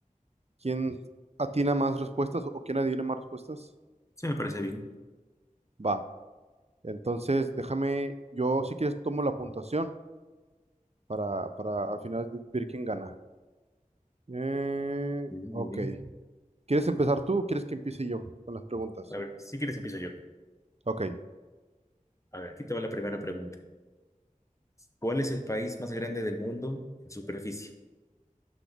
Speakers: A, on the right; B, on the left.
A: quién atina más respuestas o quién adivina más respuestas?
B: Sí, me parece bien.
A: Va. Entonces, déjame, yo si quieres tomo la puntuación para, para al final ver quién gana. Eh,
B: Muy bien,
A: ok.
B: muy bien.
A: ¿Quieres empezar tú o quieres que empiece yo con las preguntas?
B: A ver, si quieres empiezo yo.
A: Ok.
B: A ver, aquí te va la primera pregunta. ¿Cuál es el país más grande del mundo en superficie?